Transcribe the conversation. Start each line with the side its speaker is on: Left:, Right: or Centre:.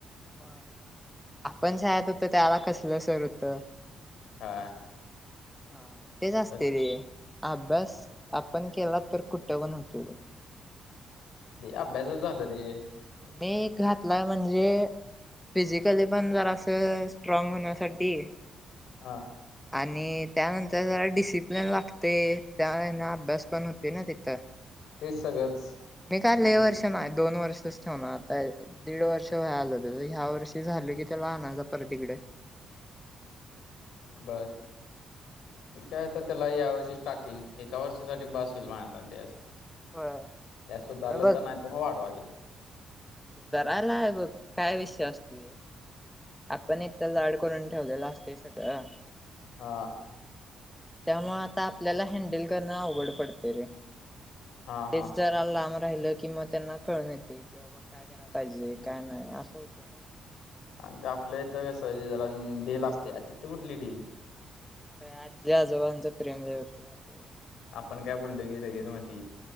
Centre: मग आपण शाळेत होत त्याला कसल सर होत?
Left: हा
Centre: हा मग तेच असते
Left: तर
Centre: रे अभ्यास आपण केला तर कुट पण होतो.
Left: ते अभ्यासच झाला रे
Centre: मी घातलाय म्हणजे फिजिकली पण जरा असं स्ट्रॉंग होण्यासाठी.
Left: हा.
Centre: आणि त्यानंतर जरा डिसिप्लिन लागते त्यावेळेला अभ्यास पण होते ना तिथं.
Left: तेच सगळंच
Centre: मी काय
Left: हम्म,
Centre: लय
Left: तू
Centre: वर्ष नाही दोन वर्षच ठेवणार आता दीड वर्ष वय आलं ह्या वर्षी झाल कि त्याला आनायच पर इकडे.
Left: ह बर. काय तर त्याला या वर्षी टाकीन एका वर्षासाठी बस होईल भांड ते अस. त्यास
Centre: होय
Left: सुधारलं
Centre: हे
Left: तर नाही तर मग वाढवायज.
Centre: सुधारला हे बघ काय विषय असतो? आपण इथ लाड करून ठेवलेलं असते सगळं
Left: हा.
Centre: त्यामुळे आता आपल्याला हँंडल करण आवघड पडतय रे
Left: हा
Centre: तेच
Left: हा
Centre: जरा लांब राहिल कि मग त्यांना कळून येते कि काय कराय पाहिजे, काय नाही असं होत ना.
Left: आणि ते आपल्या इथ जरा ढिल असते तिथ कुठली ढील.
Centre: आजी, आजोबांच प्रेम गळत ते.
Left: आपण काय बोल की लगेच ती